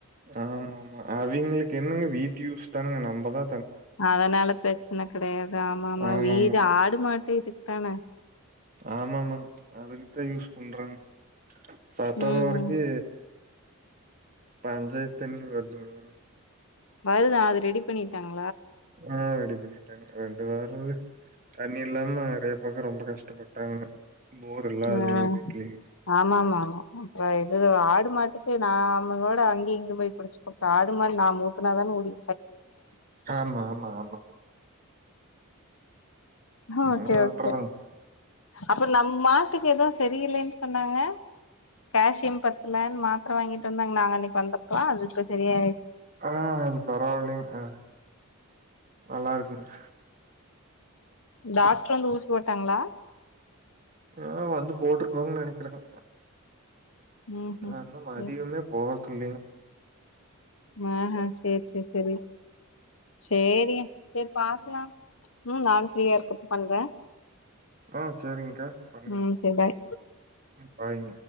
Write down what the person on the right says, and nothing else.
ஆமா ஆமா அவங்களுக்கு என்னங்க வீட்டு் யூஸ் தானுங்க நம்பதா
ஆமாமா.
ஆமாமமா அதுக்குதா யூஸ் பண்றங்க பத்தாவது
வரைக்கி பஞ்சாயத்தண்ணி வல்ல <unintelligible>
ஆஹ் ரெடி பண்ணிட்டாங்க ரெண்டு வார அஹ தண்ணி இல்லாம நிறைய பக்கோ ரொம்ப கஷ்டப்பட்டாங்க போர் இல்லாதவிங்க
வீட்லயும்.
ஆமா ஆமா ஆமா
என்ன பண்றதுங்க.
ஆஹ் அது பரவாயில்லலைங்க அஹ் நல்லா இருக்குங்கே
ஆஹ் வந்து போட்டிருப்போங்குன் நெனைக்கிறேங்க
ஆஹ இன்னு மதியமே
போ இல்லீங்
ம்.
ஆ சரிங்கக்கா. பண்ணுங்க.
ம் பாய்ங்க.